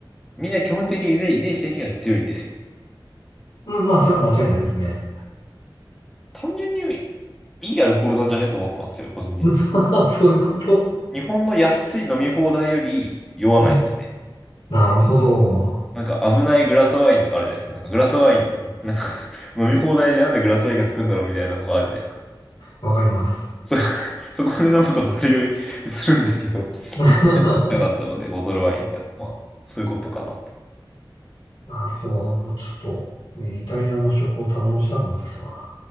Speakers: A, in the centre; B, on the left (about 85°).
A: みんな基本的に遺伝遺伝子的には強いんですよ。
B: うん、まあ、それは間違いないですね。
A: 単純にいいアルコールなんじゃねと思ってますけど、個人的に。
B: <laughs> そういうこと。
A: 日本の安い飲み放題より酔わないですね。
B: うんなるほど。
A: なんか危ないグラスワインとかあるじゃないですか。なんかグラスワイン、なんか <laughs> 飲み放題でなんでグラスワインがつくんだろうみたいなとこあるじゃないですか。
B: わかります。
A: そ、<laughs> そこで飲むと悪酔いするんですけど、
B: <laughs>
A: いたりとしなかったので、ボトルワインでは。まあ、そういうことかな。
B: なるほど。ちょっと、イタリアの食を堪能したくなってきたな。